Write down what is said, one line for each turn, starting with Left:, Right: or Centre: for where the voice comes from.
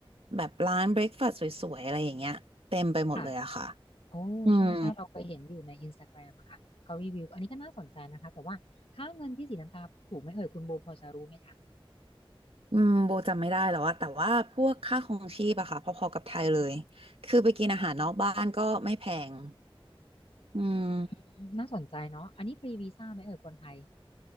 Right: แบบร้านเบรคฟาสต์สวยๆอะไรอย่างเงี้ยเต็มไปหมดเลยอะค่ะ
Left: ค่ะโอ้ใช่ใช่เราเคยเห็นอยู่ในอินสตาแกรมอะค่ะเขารีวิวอันนี้ก็น่าสนใจนะคะแต่ว่าค่าเงินที่ศรีลังกาถูกไหมเอ่ยคุณโบพอจะรู้ไหมคะ
Right: อืม อืมโบจำไม่ได้แล้วอะแต่ว่าพวกค่าครองชีพอะค่ะพอๆกับไทยเลยคือไปกินอาหารนอกบ้านก็ไม่แพงอืม
Left: อืมน่าสนใจเนาะอันนี้ฟรีวีซ่าไหมเอ่ยคนไทย